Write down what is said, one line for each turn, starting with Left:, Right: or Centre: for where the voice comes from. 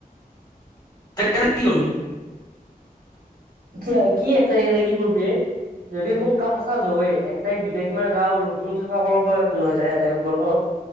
Left: এক তাৰিখে যায় কি কৰিবি?
Right: কি কি এক তাৰিখে যায় কি কৰবি এই? যদি সোন এক তাৰিখ দুই তাৰিখ মানে যাওঁ ৰুম চুম চাফা কৰিব লাগিব নয় যায় <unintelligible>